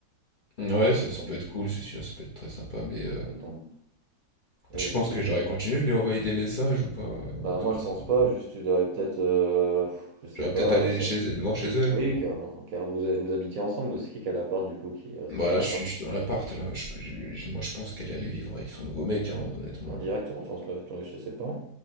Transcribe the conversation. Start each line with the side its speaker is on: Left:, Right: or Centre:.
Left: Ouais, ça,
Right: ça te
Left: ça
Right: tente,
Left: peut être cool, c'est sûr, ça peut être très sympa. Mais euh,
Right: ça te tente. Et
Left: tu penses
Right: du coup,
Left: que
Right: tu
Left: j'aurais
Right: étais.
Left: continué de lui envoyer des messages ou pas? euh, ou
Right: Bah, moi,
Left: je
Right: je pense
Left: sais pas.
Right: pas, juste tu devrais peut-être. euh, pff, je sais
Left: J'aurais
Right: pas,
Left: peut-être allé
Right: c'est-
Left: chez elle, devant chez elle
Right: Oui,
Left: pour.
Right: car, car vous, vous habitiez ensemble, ou c'est qui qui a l'appart du coup qui est resté
Left: Bah
Right: dans
Left: là,
Right: l'appart?
Left: je suis, je suis dans l'appart, là. Je, peux- j'ai- j'ai- moi, je pense qu'elle allait vivre avec son nouveau mec, hein, honnêtement.
Right: Indirectement, je pense pas, attendez, je sais pas.